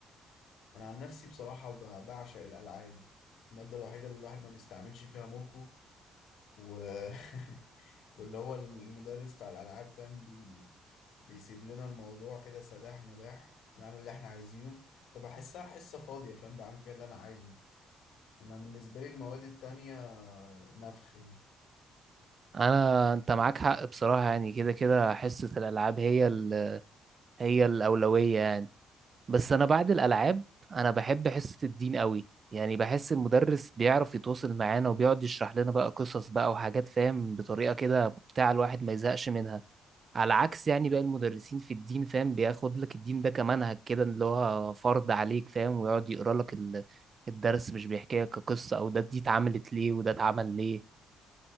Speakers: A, on the left; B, on the right.
A: أنا عن نفسي بصراحة ب- بعشق الألعاب المادة الوحيدة اللي الواحد ما بيستعملش فيها مخه و... <laughs> واللي هو المدرس بتاع الألعاب فاهم بي... بيسيب لنا الموضوع كده سداح مداح نعمل اللي احنا عايزينه فبحسها حصة فاضية فاهم بعمل فيها اللي أنا عايزه انا بالنسبه لي المواد التانية نفخ يعني.
B: أنا أنت معاك حق بصراحة يعني كده كده حصة الألعاب هي ال... هي الأولوية يعني بس انا بعد الالعاب انا بحب حصه الدين قوي يعني بحس المدرس بيعرف يتواصل معانا وبيقعد يشرح لنا بقى قصص بقى وحاجات فاهم بطريقه كده بتاع الواحد ما يزهقش منها على عكس يعني بقى المدرسين في الدين فاهم بياخد لك الدين ده كمنهج كده اللي هو فرض عليك فاهم ويقعد يقرا لك ال- الدرس مش بيحكي لك قصه او ده دي اتعملت ليه وده اتعمل ليه